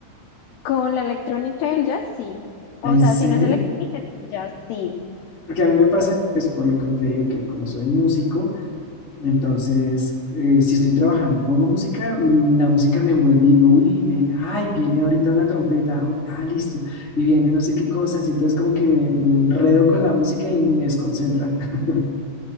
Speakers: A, on the left; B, on the left.
A: Con la electrónica y el jazz, sí.
B: ¿En
A: O sea,
B: serio?
A: si no es electrónica, es jazz, sí.
B: Porque a mí me pasa, pues por lo que te digo, que como soy músico, entonces eh, si estoy trabajando y pongo música, mm, la música me envuelve y digo, uy, viene, ay, viene ahorita una trompeta, ah, ah, listo, y viene no sé qué cosas, y entonces como que me, me enredo con la música y me desconcentra. <laughs>